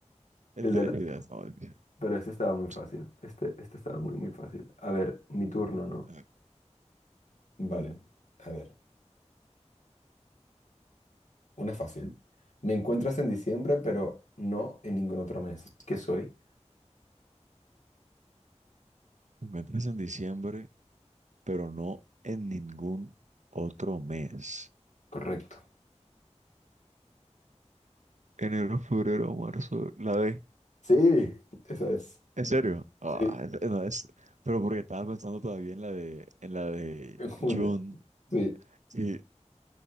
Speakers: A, on the right; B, on the left.
A: El
B: El
A: de
B: de
A: la
B: la-
A: vida. No, es que-
B: pero este estaba muy fácil.
A: sí.
B: Este, este estaba muy, muy fácil. A ver, mi turno, ¿no?
A: A ver,
B: Vale, a ver. Una fácil. Me encuentras en diciembre, pero no en ningún otro mes. ¿Qué soy?
A: me entras en diciembre, pero no en ningún otro mes.
B: Correcto.
A: Enero, febrero, marzo, la D.
B: Sí, esa es.
A: ¿En serio? Ah,
B: Sí,
A: es- no, es- pero porque estaba pensando todavía en la de, en la de
B: en junio.
A: June.
B: Sí.
A: Sí.